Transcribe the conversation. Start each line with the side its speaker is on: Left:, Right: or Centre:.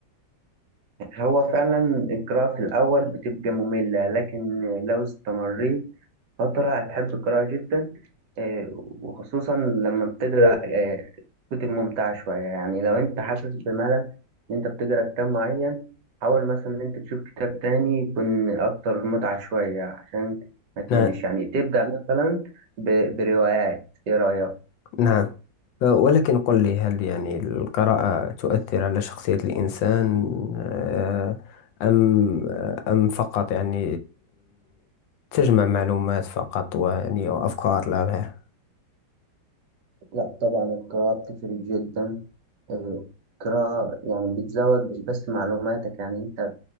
Right: هو فعلا القراءة في الأول بتبقى مملة لكن لو استمريت فترة هتحب القراءة جدا آه، وخصوصا لما بتقرأ آه، كتب ممتعة شوية يعني لو أنت حاسس بملل إن أنت بتقرأ كتاب معين حاول مثلا إن أنت تشوف كتاب تاني يكون أكتر متعة شوية عشان ما تملش
Left: نعم.
Right: يعني تبدأ مثلا ب- بروايات إيه رأيك؟
Left: نعم آه، ولكن قل لي هل يعني القراءة تؤثر على شخصية الإنسان آه، أم أم فقط يعني تجمع معلومات فقط ويعني وأفكار لا غير
Right: لا طبعا القراءة بتفرق جدا آه، القراءة يعني بتزود مش بس معلوماتك يعني أنت